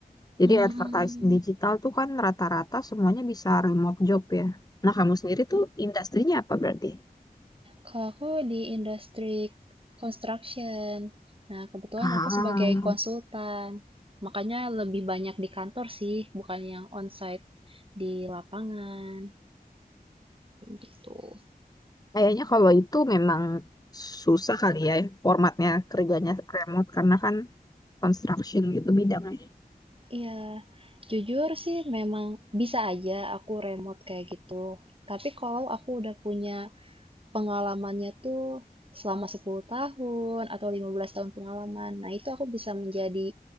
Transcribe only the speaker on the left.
Jadi
advertising digital tuh kan rata-rata semuanya bisa remote job ya. Nah, kamu sendiri tuh industrinya apa berarti?
Ah,
kayaknya kalau itu memang susah kali ya formatnya kerjanya remote karena kan construction gitu bidangnya.